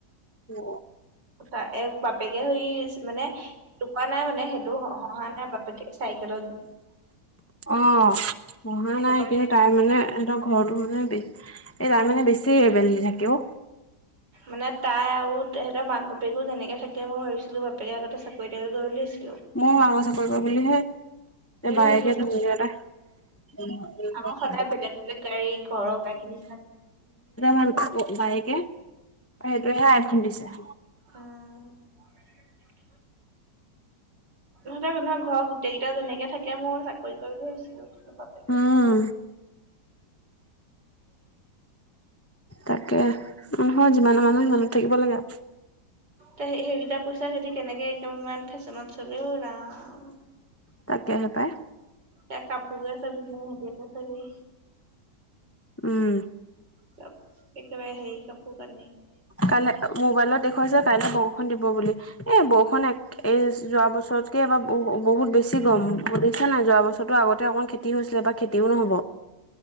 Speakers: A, on the left; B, on the right.
A: অ।
B: তা এক বাপেকে হৈছ মানে সেটো কোৱা নাই মানে সেইটো হহাঁ নাই বাপেকে চাইকেলত
A: অ হহা
B: এনেকুৱাহে
A: নাই কিন্তু তাই মানে ঘৰো মানে এই তাৰ মানে বেছি লেবেল দি থাকে অ
B: মানে তাই আৰু তেহঁতৰ মাক বাপেকো যেনেকৈ থাকে মই ভাবিছিলোঁ বাপেকে আগতে চাকৰি- তাকৰি কৰি লিছিল।
A: মোৰ গাঙৰ চাকৰি কৰ বুলিহে
B: মোৰ
A: এ বায়েকে
B: সেনেকুৱা চাকৰি
A: ধুম এটা <inaudible> উম
B: আকৌ
A: ধটা
B: সদায় বেলেগ বেলেগ গাড়ী ঘৰৰ গাড়ী নিচিনা
A: ভাল <unintelligible> বায়েকে, সেইটোয়ে হে আইফোন দিছে।
B: আহ। সিহঁতৰ ঘৰ গোটেই কেইটা যেনেকে থাকে মই চাকৰি কৰে বুলি ভাবিছিলো। মতেক
A: উম
B: <inaudible>
A: তাকে, মানুহৰ যিমানে মানুহ সিমানত থাকিব লাগে আৰু।
B: সেইকেইটা পইচা সিতি কেনেকে একেবাৰে ইমান ফেশ্বনত চলেও ৰাম!
A: তাকেহে পায়।
B: এ কাপোৰোকে চাবি ন সেহতলোকক চাবি?
A: উম
B: ত একেবাৰে সেই কাপোৰ কা
A: কাইলৈ মোবাইলত দেখুৱাইছে কাইলৈ বৰষুণ দিব বুলি, এ বৰষুন আ এই যোৱা বছৰতকে এবাৰ বহু -বহুত বেছি গৰম পছে নাই যোৱা বছৰতো আগতে অকণমান খেতি হৈছিলে। বা খেতিও নহ'ব।